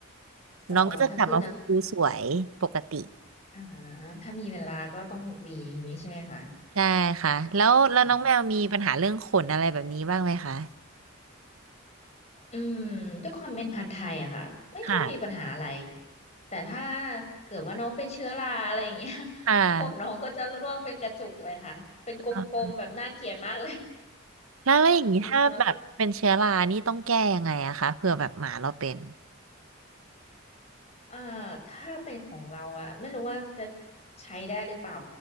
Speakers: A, on the right; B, on the left.
A: ๆน้องก็จะกลับมาฟูสวยปกติ
B: อ๋อถ้าคือถ้าอ่าถ้ามีเวลาก็ต้องมีอย่างนี้ใช่ไหมคะ
A: ใช่ค่ะแล้วแล้วน้องแมวมีปัญหาเรื่องขนอะไรแบบนี้บ้างไหมคะ
B: อือืมด้วยความเป็นพันธุ์ไทยอะค่ะไม่ค่อยมีปัญหาอะไร
A: ค่ะ
B: แต่ถ้าเกิดว่าน้องเป็นเชื้อราอะไรอย่างเงี้ย
A: ค่ะ
B: <laughs> ขนน้องก็จะร่วงเป็นกระจุกเลยค่ะเป็นกลมๆแบบน่าเกลียดมากเลย
A: อ่ะแล้วแล้วอย่างนี้ถ้าแบบเป็นเชื้อรานี่ต้องแก้ยังไงอะคะเผื่อแบบหมาเราเป็น
B: อืมแล้วก็ เอ่อถ้าเป็นของเราอะไม่รู้ว่าจะใช้ได้หรือเปล่า